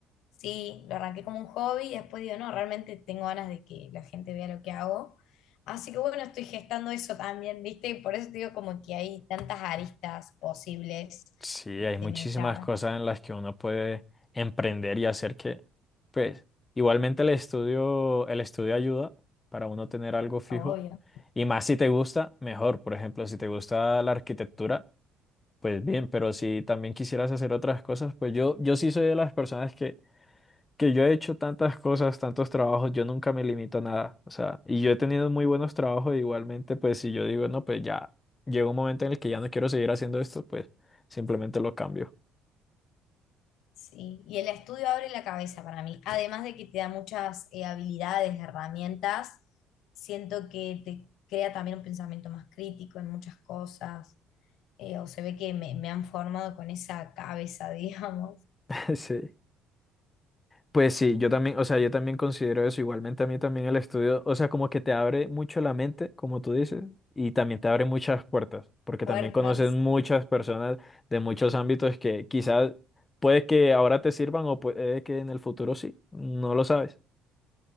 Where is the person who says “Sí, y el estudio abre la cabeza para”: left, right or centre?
Left